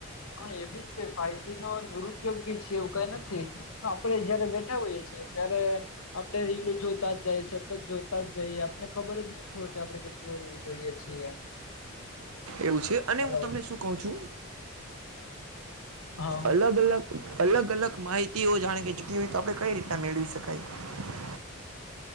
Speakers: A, on the left; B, on the right.
A: પણ એ બી છે, ફાઈજી નો દુરુપયોગ બી છે, એવું કઈ નથી આપડે જયારે બેઠા હોઈએ છે, ત્યારે આપણે રીલું જોતા જઈએ સતત જોતા જઈએ આપને ખબર જ નથી હોતી આપડે કેટલુ, રીલ જોઈએ છીએ.
B: એવું છે, અને
A: હલો
B: હું તમને શું કઉ છુ.
A: હા
B: અલગ, અલગ અલગ, અલગ માહિતીઓ જાણે કે જૂકી હોય, તો આપણે કઈ રીતના મેળવી શકીએ કઈ